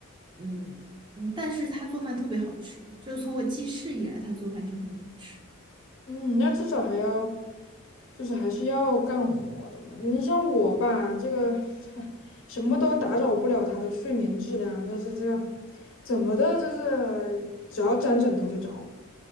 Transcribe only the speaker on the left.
嗯，那至少还要，就是还是要干活的嘛。你像我吧，这个 <laughs> 什么都打扰不了他的睡眠质量啊，就是这个怎么的，就是只要沾枕头就着，